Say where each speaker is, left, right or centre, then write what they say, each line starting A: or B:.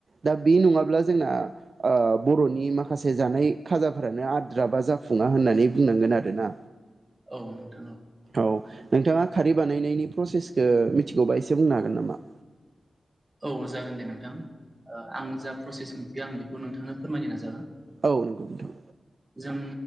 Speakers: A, on the right (about 50°); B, on the right (about 15°).
A: दा बे नङाब्ला जोंना आ बर'नि माखासे जानाय खाजाफोरानो आद्रा बा जाफों फङा होननानै बुंनांगोन आरोना।
B: औ नोंथां औ।
A: औ नोंथाङा खारै बानायनायनि प्रसेसखौ मिथिगौबा एसे बुंनो हागोन नामा।
B: औ जागोन दे नोंथां आं जा प्रसे जेसेबांखि आं बेखौ नोंथांनो फोरमायनो नाजागोन।
A: औ नंगौ नोंथां।
B: जों